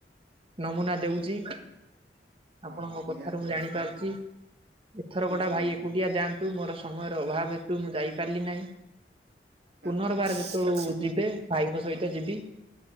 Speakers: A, on the right; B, on the right.
A: ନମୁନା ଦଉଛି। ଆପଣଙ୍କ
B: ହଁ
A: କଥାରୁ
B: ନିହାତି
A: ମୁଁ ଜାଣିପାରୁଛି।
B: ଭାବେ ହୁଁ
A: ଏଥର
B: ହୁଁ
A: କ ଟା
B: ହୁଁ
A: ଭାଇ
B: ହୁଁ
A: ଏକୁଟିଆ
B: ହୁଁ
A: ଯାଆନ୍ତୁ ମୋର ସମୟର ଅଭାବ ହେତୁ ମୁଁ ଯାଇପାରିଲି ନାହିଁ।
B: ହଁ
A: ପୁନର୍ବାର
B: ହଁ ହଁ ହଁ ନାଇଁ
A: ଯେତେବେଳେ ଯିବେ ଭାଇଙ୍କ ସହିତ ଯିବି।